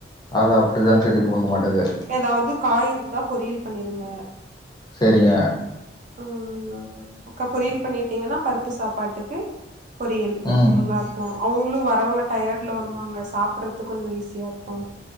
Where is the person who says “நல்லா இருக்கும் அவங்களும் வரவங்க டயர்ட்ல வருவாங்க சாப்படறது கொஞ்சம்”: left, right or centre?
Right